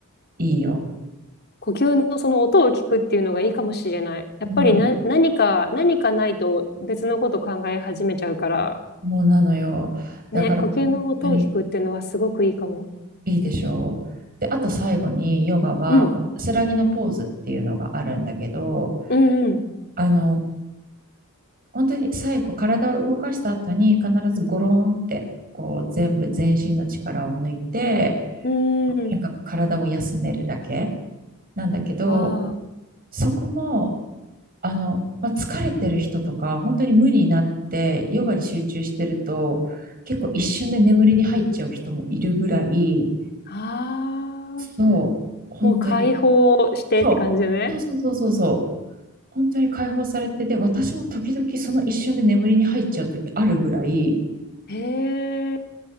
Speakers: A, on the right (about 40°); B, on the left (about 50°).
A: いいよ。
B: 呼吸のその音を聞くっていうのがいいかもしれない。やっぱりな、
A: うん。
B: 何か、何かないと別のこと考え始めちゃうから、
A: もうなのよ。だから、
B: ね、呼吸の音を聞くっていうのはすごくいいかも。
A: 本当にいいでしょう。で、あと最後に、ヨガは、
B: うん、
A: こう、安らぎのポーズっていうのがあるんだけど、
B: うん、
A: あの、本当に最後、体を動かした後に、必ずゴロンって、こう、全部全身の力を抜いて、
B: うん、うん。
A: なんか体を休めるだけなんだけど、
B: ああ。
A: そこも、あの、まあ、疲れてる人とか、本当に無になってヨガに集中してると、結構一瞬で眠りに入っちゃう人もいるぐらい、
B: ああ、
A: そう、本当に、
B: もう解放してって感じね。
A: そう、そうそうそうそうそう、本当に解放されて、で、私も時々その一瞬で眠りに入っちゃう時あるぐらい、
B: へえ、